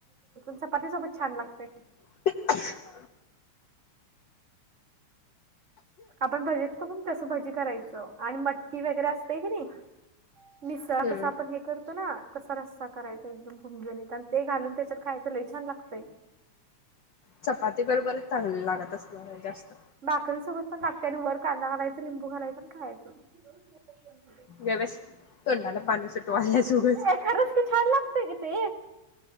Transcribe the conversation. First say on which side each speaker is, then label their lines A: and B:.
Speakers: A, on the right; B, on the left.
A: चपाती सोबत छान लागते.
B: ह,
A: आपण भाजीतो कोण तस भाजी. करायचं आणि मटकी वगैरे असते की नाही मिसळ
B: हम्म
A: कस आपण हे करतो ना. कसा रस्सा करायचा एकदम समज नाही आणि ते घालून त्याच्यात खायचं लय छान लागतंय.
B: चपाती ब बरच चांगले लागत असणार जास्त
A: बाकरी सोबत पण नागत्या आणि वर कांदा घालायच लिंबू घालायचं आणि खायचं. <unintelligible>
B: गप बस तोंडाला पाणी सुटवाल्यास उगच
A: ए खरंच छान लागत ते